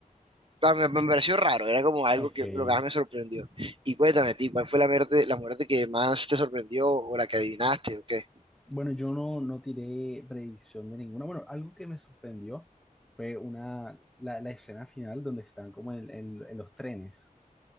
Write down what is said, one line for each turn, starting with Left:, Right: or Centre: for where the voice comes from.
Right: ah, me, me pareció raro, era como algo
Centre: ok.
Right: que lo que más me sorprendió. Y cuéntame, a ti, ¿cuál fue la muerte, la muerte que más te sorprendió o la que adivinaste o qué?
Centre: Bueno, yo no, no tiré predicción de ninguna. Bueno, algo que me sorprendió fue una, la, la escena final donde están como en, en en los trenes.